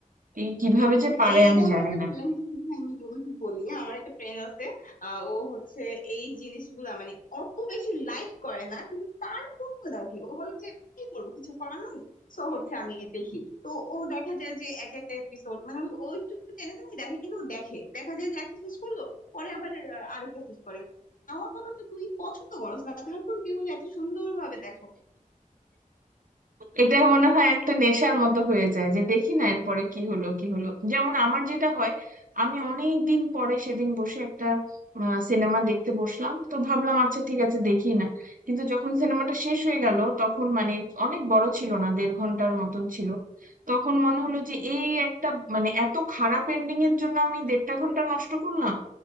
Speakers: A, on the right (about 75°); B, on the left (about 70°).
A: এই কিভাবে যে পারে
B: এই এটা
A: আমি
B: আমার
A: জানি
B: একটা
A: না
B: ফ্রেন্ড আমি তোমাকে বলি আমার একটা ফ্রেন্ড আছে আহ, ও হচ্ছে এই জিনিসগুলা মানে অত বেশি লাইক করে না কিন্তু তারপরেও দেখে ও বলে যে কি করবো কিছু করার নাই তো হচ্ছে আমি দেখি তো ও দেখা যায় যে এক একটা এপিসোড মানে ও ও একটু টেনে টেনে দেখে কিন্তু ও দেখে দেখা যায় যে একটা শেষ করলো পরে আবার আহ, আরেকটা শেষ করে আমার কথা হচ্ছে তুই পছন্দ করস না তারপর কি বলে এত সুন্দর ভাবে দেখো
A: এটা মনে হয় একটা নেশার মতো হয়ে যায় যে দেখি না এরপরে কি হলো কি হলো যেমন আমার যেটা হয় আমি অনেক দিন পরে সেদিন বসে একটা সিনেমা দেখতে বসলাম তো ভাবলাম আচ্ছা ঠিক আছে দেখি না কিন্তু যখন সিনেমাটা শেষ হয়ে গেল তখন মানে অনেক বড় ছিল না দেড় ঘন্টার মতন ছিল তখন মনে হলো যে এই একটা মানে এত খারাপ এন্ডিং এর জন্য আমি দেড়টা ঘন্টা নষ্ট করলাম